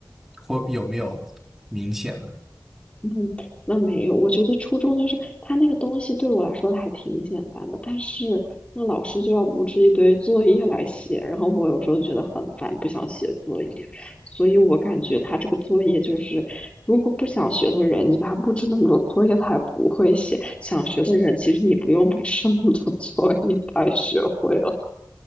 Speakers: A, in the centre; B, on the left (about 15°).
A: 会有没有明显的？
B: <laughs> 嗯，那没有。我觉得初中就是他那个东西对我来说还挺简单的，但是那老师就要布置一堆作业来写，然后我有时候觉得很烦，不想写作业。所以我感觉他这个作业就是，如果不想学的人，你把他布置那么多作业，他也不会写；想学的人，其实你不用布置那么多作业，他也学会了。